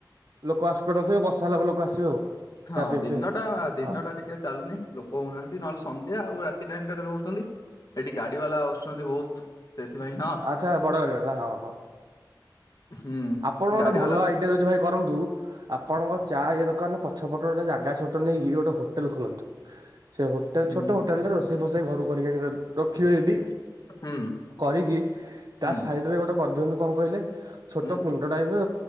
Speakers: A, on the right; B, on the left.
A: ଲୋକ ଆସିପାରୁ ନଥିବେ ବର୍ଷା ହେଲା ପରେ ଲୋକ ଆସିବେ ଆଉ।
B: ହଁ
A: ଚା ପିଇବା
B: ଦିନଟା
A: ପାଇଁ ଆଉ
B: ଦିନ
A: ହଁ
B: ଟା ଟିକେ ଆ ଚାଲୁନି ଲୋକ ହଉନାହାନ୍ତି ନହେଲେ ସନ୍ଧ୍ୟା ଆଉ ରାତି ଟାଇମ୍ ଟାରେ ରହୁଛନ୍ତି। ଏଠି ଗାଡି ବାଲା ଆସୁଛନ୍ତି ବହୁତ। ସେଥିପାଇଁ ତ
A: ଆଚ୍ଛା ବଡ ଗାଡି ବାଲା ହଁ ହଁ।
B: ହୁଁ
A: ଆପଣ ଗୋଟେ
B: ଗାଡି
A: ଭଲ
B: ବାଲା ଆସୁ
A: ଆଇଡିଆ ଦଉଚି ଭାଇ କରନ୍ତୁ। ଆପଣଙ୍କ ଚା ଇଏ ଦୋକାନ ପଛପଟ ଗୋଟେ ଜାଗା ଛୋଟ ନେଇକି ଗୋଟେ ହୋଟେଲ ଖୋଲନ୍ତୁ। ସେ ହୋଟେଲ
B: ହୁଁ
A: ଛୋଟ ହୋଟେଲଟା ରୋଷେଇ ଫୋସେଇ ଘରୁ କରିକି ଆଣି ରଖିବେ ଏଠି।
B: ହୁଁ
A: କରିକି ତା
B: ହୁଁ
A: ସାଇଡ୍ ରେ ଗୋଟେ କରିଦିଅନ୍ତୁ କଣ କହିଲେ ଛୋ
B: ହୁଁ
A: ଛୋଟ କୁଣ୍ଡ ଟାଇପ୍ ର